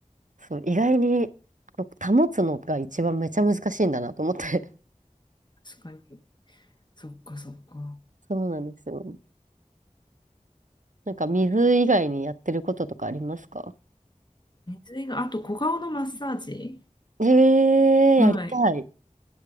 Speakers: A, on the right; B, on the left.
A: そう意外にこう保つのが一番めちゃ難しいんだなと思って。
B: 確かに。そっかそっか。
A: <laughs> そうなんですよ。なんか水以外にやってることとかありますか
B: ね水が、あと小顔のマッサージ
A: ええー、
B: はい。
A: やりたい。